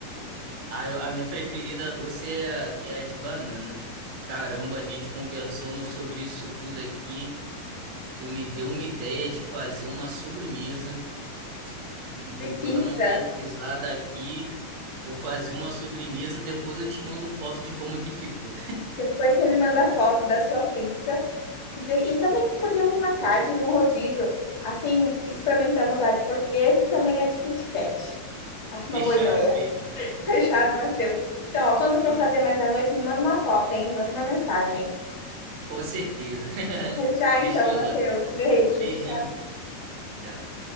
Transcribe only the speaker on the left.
De
pizza.
Depois você me manda a foto da sua pizza. E, da- e também podíamos marcar de ir num rodízio. Assim, experimentamos a de português e também a de Kit Kat. Acho
uma boa ideia.
<laughs> Fechado, Matheus. Então, ó, quando for
fazer mais à noite, me manda uma foto, hein? Manda uma mensagem.
Já então,
Matheus.
Beijos.